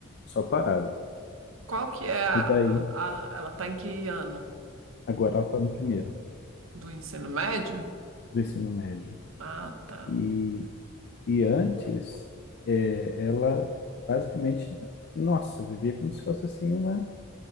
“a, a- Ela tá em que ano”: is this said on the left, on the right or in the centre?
Right